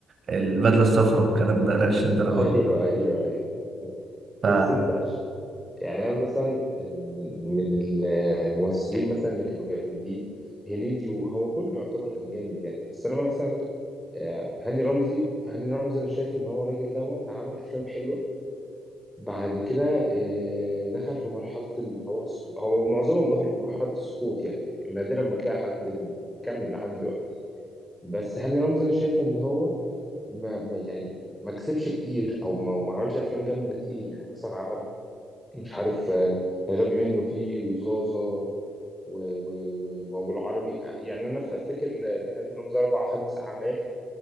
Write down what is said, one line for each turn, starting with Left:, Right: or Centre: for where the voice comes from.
Right: البدله الصفراء والكلام ده لا مش الدرجه
Centre: <laughs> ايوه
Right: دي
Centre: ايوه ايوه
Right: ف
Centre: بس انت يعني انا مثلا من من الممثلين مثلا اللي كانوا جامدين هنيدي وهو كله يعتبر كان جامد يعني بس انا مثلا آه، هاني رمزي هاني رمزي انا شايف ان هو الراجل دوت عمل افلام حلوه بعد كده آه، دخل في مرحله ال- هو السقو- هو معظمهم دخل في مرحله السقوط يعني نادرا ما تلاقي حد م- مكمل لحد دلوقتي بس هاني رمزي انا شايف ان هو ما ما- يعني ما كسبش كتير او ما ما عملش افلام جامده كتير يعني مثلا مش عارف آه، غبي منه فيه وزازة و- و- و- وأبو العربي يعني أنا في أفتكر ل- لهاني رمزي أربع خمس أعمال